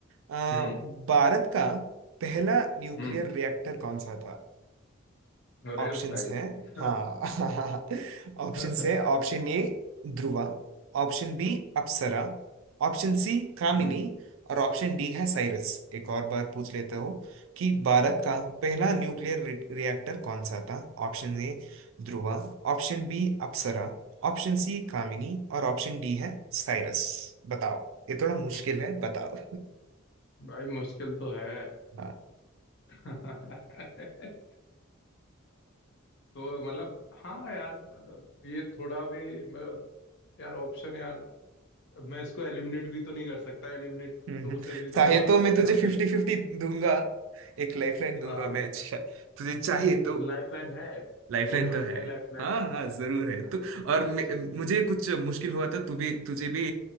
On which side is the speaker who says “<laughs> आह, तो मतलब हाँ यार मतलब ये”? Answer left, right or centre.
Left